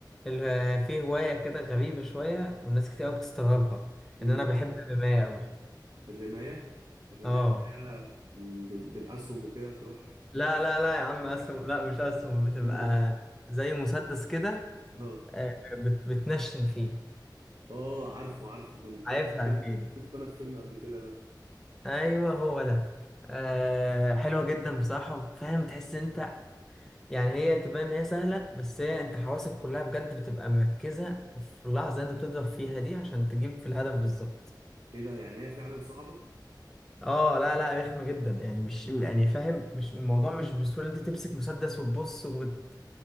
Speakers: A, in the centre; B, on the right.
A: ال- في هوايه كده غريبه شويه والناس كتير قوي بتستغربها
B: امم
A: ان انا بحب الرمايه قوي
B: الرماية الرماية
A: اه
B: دي بقى ب- بالأسهم وكده تروح
A: لا لا لا يا عم اسهم لا مش اسهم بتبقى
B: <laughs>
A: زي مسدس كده
B: اه
A: آه، بت- بتنشن فيه
B: اه عارفه عارفه كان شفته
A: عارفها
B: في فيلم
A: اكيد
B: شفته انا في فيلم قبل كده ده
A: ايوه هو ده آه، حلوه جدا بصراحه فاهم تحس انت يعني هي تبان ان هي سهله بس هي انت حواسك كلها بجد بتبقى مركزه في اللحظه اللي انت بتضرب فيها دي عشان تجيب في الهدف بالظبط
B: ايه ده يعني هي فعلا صعبة
A: اه لا لا رخمة جدا يعني مش يعني فاهم مش الموضوع مش بسهولة انت تمسك مسدس وتبص وت...